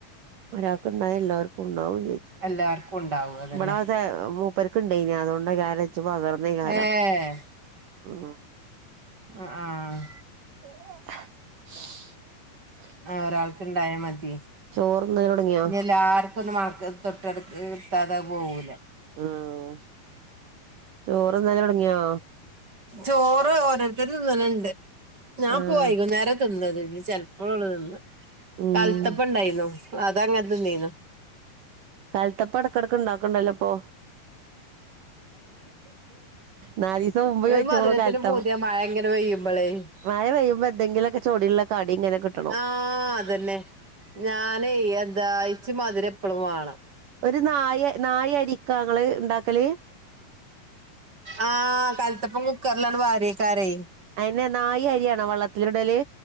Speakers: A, on the right (about 65°); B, on the right (about 25°).
A: ഒരാൾക്ക് ഇണ്ടായ എല്ലാവർക്കുണ്ടാവും ചെജു
B: എല്ലാർക്കും ഉണ്ടാവും അതന്നെ
A: ഇവടെ അതെ മൂപ്പർ ക്ക് ഇണ്ടേനി അതോണ്ട്കാരം ഇച്ച് പകർന്നേകാരം
B: ഏഹ്
A: ഉം
B: അ ആഹ്
A: <inaudible>
B: ആഹ് ഒരാൾക്ക് ഇണ്ടായാ മതി
A: ചോറ്ന്നല് തൊടങ്ങിയോ
B: ഇനി എല്ലാർ <unintelligible> തൊട്ടടുത്ത് നിർത്താത അത് പോകൂല
A: ആഹ് ചോറ്ന്നല് തൊടങ്ങിയോ?
B: ചോറ് ഓരോരുത്തര് തിന്ന്ണുണ്ട് ഞാൻ
A: ആഹ്
B: പോ വൈകുന്നേര തിന്നത് ഇനി ചെലപ്പളൊള്ളു തിന്ന
A: ഉം
B: കലത്തപ്പം ഇണ്ടായിന്നു അതങ്ങനെ തിന്നിനു
A: കലത്തപ്പം എടയ്ക്കിടക്ക് ഉണ്ടാക്ക്ണ്ടല്ലോ ഇപ്പൊ നാലിസം മുമ്പ്
B: ഒരു
A: കയ്ച്ചപ്പളും
B: മധുരത്തിന്
A: കാലത്തപ്പം
B: പൂതിയ <unintelligible>
A: മഴ പെയ്യുമ്പോ എന്തെങ്കിലൊക്കെ ചൊടിയുള്ള കടിങ്ങനെ കിട്ടണം
B: ആഹ് അതെന്നെ ഞാനെയ് എന്താ ഇച്ച് മധുരം എപ്പളും വാണം
A: ഒരു നായ് നായ് അരിക്കാ ഇങ്ങള് ഇണ്ടാക്കല്
B: ആഹ് കാലത്തപ്പം കുക്കറിൽ അണ് പാരു അയ്ക്കാരെയ്
A: അയിനെ നായി അരിയാണോ വെള്ളത്തില് ഇടല്